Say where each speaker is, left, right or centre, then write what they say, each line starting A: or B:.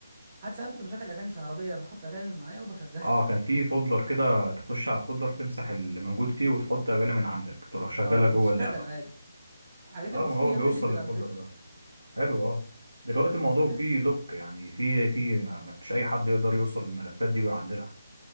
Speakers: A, on the right (about 25°); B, on the right (about 75°).
A: حتى ساعات كنت بشغل اغاني في العربيه بحط اغاني معايا وبشغلها
B: اه كان في فولدر كده تخش على الفولدر تمسح اللي موجود فيه وتحط اغاني من عندك
A: <laughs>
B: تروح شغالها
A: اه
B: جوه
A: وتشتغل
B: اللعبه
A: عادي الحاجات
B: اه
A: البسيطه
B: ما هو
A: دي جميله
B: بيوصل
A: جدا
B: للفولدر
A: على فكره
B: ده حلو اه دلوقتي الموضوع
A: تفرق.
B: فيه لوك يعني فيه فيه ما ما فيش اي حد يقدر يوصل للملفات دي ويعدلها